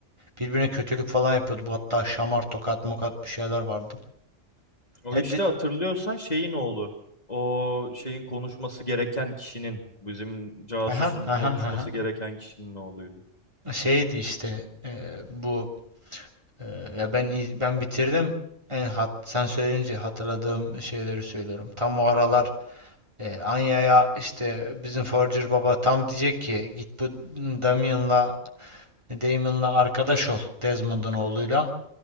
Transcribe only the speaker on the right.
Birbirine kötülük falan yapıyordu. Bu hatta şamar, tokat, mokat bir şeyler vardı.
Ya
de-
aha, aha,
aha.
Şeydi işte e, bu e, ya ben iz- ben bitirdim. En hat, sen söyleyince hatırladığım şeyleri söylüyorum. Tam o aralar E, Anya'ya işte bizim Forger baba tam diyecek ki git bu Damian'la Damon'la arkadaş ol Desmond'un oğluyla.